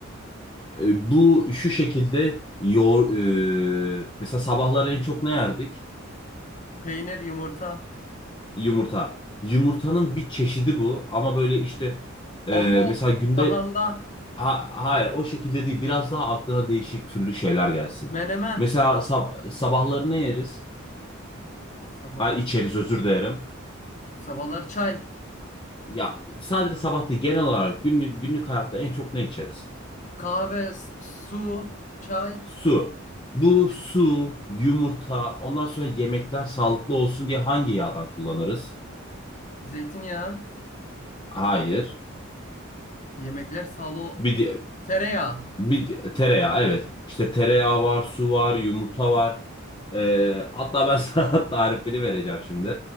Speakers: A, on the left; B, on the left.
A: E, bu şu şekilde yoğur, e, mesela sabahlar en çok ne yerdik?
B: Peynir, yumurta.
A: Yumurta. Yumurtanın bir çeşidi bu ama böyle işte
B: Omlet.
A: e, mesela günde
B: Sahanda.
A: ha- hayır o şekilde değil biraz daha aklına değişik türlü şeyler gelsin.
B: Menemen.
A: Mesela sab- sabahları ne yeriz?
B: Ee, Sabah,
A: Ay içeriz özür dilerim.
B: sabahları çay.
A: Ya sadece sabah değil genel olarak günlük, günlük hayatta en çok ne içeriz?
B: Kahve, s- su, çay,
A: Su.
B: su,
A: Bu su, yumurta, ondan sonra yemekler sağlıklı olsun diye hangi yağdan kullanırız?
B: zeytinyağı.
A: Hayır.
B: Yemekler salo,
A: Bir, di-
B: tereyağı.
A: bir tereyağı evet. İşte tereyağı var, su var, yumurta var. Ee, hatta ben <laughs> sana tarifini vereceğim şimdi.